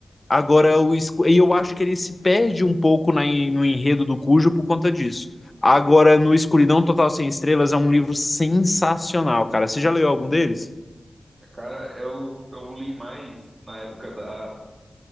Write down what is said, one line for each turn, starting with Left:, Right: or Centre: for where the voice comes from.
Left: Agora, o, e eu acho que ele se perde um pouco na, no enredo do Cujo por conta disso. Agora, no Escuridão Total Sem Estrelas é um livro sensacional, cara. Você já leu algum deles?
Right: Cara, eu, eu li mais na época da,